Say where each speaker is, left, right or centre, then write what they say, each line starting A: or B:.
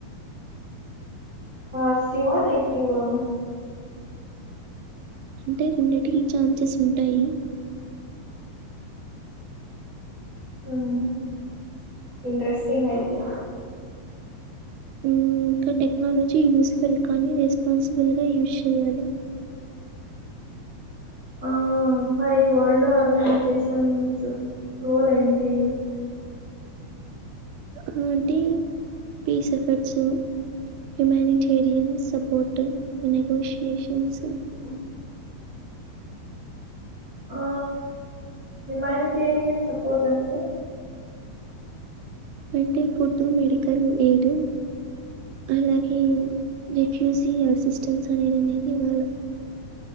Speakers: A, on the right (about 50°); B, on the right (about 85°).
A: ఆపాజిటివా నెగిటివా
B: అంటే రెండింటికి ఛాన్సెస్ ఉంటాయి
A: హ్మ్ ఇంట్రెస్టింగ్ అయితే
B: హ్మ్ ఇంకా టెక్నాలజీ యూస్ఫుల్ కానీ రెస్పాన్సిబుల్ గా యూస్. చేయాలి
A: ఆ! మరి వరల్డ్ ఆర్గనైజేషన్స్ రోల్ ఏంటి
B: రొటీ peace efforts humanitarian support negotiations
A: ఉ ఆ హ్యుమానిటేరియన్ సపోర్ట్ అంటే
B: అంటే ఫుడ్ మెడికల్ ఎయిడ్ అలాగే రిఫ్యూజీ అసిస్టెన్స్ అనేది అనేది వాళ్ళ